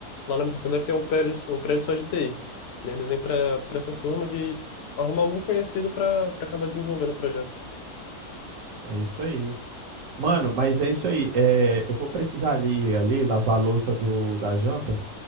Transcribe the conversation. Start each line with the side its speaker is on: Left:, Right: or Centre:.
Left: lá na minha faculdade tem um prédio, um prédio só de TI. E aí eles vêm para para essas turmas e arrumam algum conhecido para para acabar desenvolvendo o projeto.
Right: é isso aí. Mano, mas é isso aí. É, eu vou precisar ali, ali lavar a louça do, da janta.